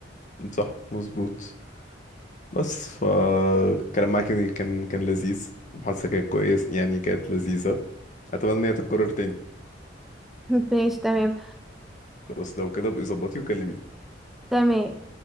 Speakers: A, on the left; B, in the centre.
A: صح مظبوط بس ف الكلام معاك يعني كان كان لذيذ المحادثة كانت كويس يعني كانت لذيذة اتمنى ان هي تتكرر تاني
B: <laughs> ماشي تمام
A: خلاص لو كده بقى ظبطي وكلميني
B: تمام